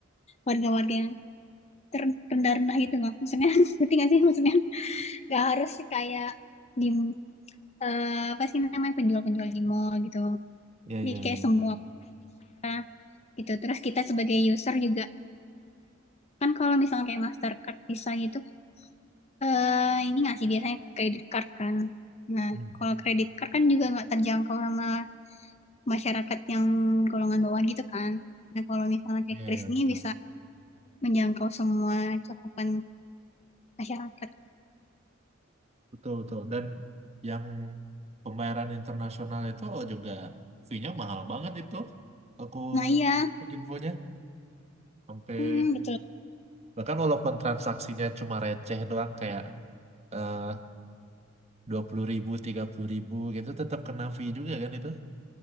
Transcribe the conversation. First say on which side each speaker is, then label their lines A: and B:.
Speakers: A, on the left; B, on the right.
A: warga-warga yang ter- terendah-rendah gitu loh. Maksudnya <laughs> ngerti nggak sih maksudnya nggak harus sih kayak di eh, apa sih namanya penjual-penjual di mall gitu.
B: iya
A: Jadi
B: iya
A: kayak
B: ya,
A: semua
B: ya.
A: orang gitu. Terus kita sebagai user juga kan kalau misalnya kayak Mastercard Visa gitu eh ini nggak sih biasanya kredit card kan. Nah,
B: Hmm.
A: kalau kredit card kan juga nggak terjangkau sama masyarakat yang golongan bawah gitu kan. Nah, kalau misalnya kayak
B: Iya,
A: Kris
B: iya,
A: nih
B: betul.
A: bisa menjangkau semua cakupan masyarakat.
B: Betul, betul. Dan yang pembayaran internasional itu juga fee-nya mahal banget itu. Aku
A: Nah, iya.
B: dapat infonya sampai
A: Hmm, betul.
B: bahkan walaupun transaksinya cuma receh doang kayak eh, dua puluh ribu tiga puluh ribu gitu tetap kena fee juga kan itu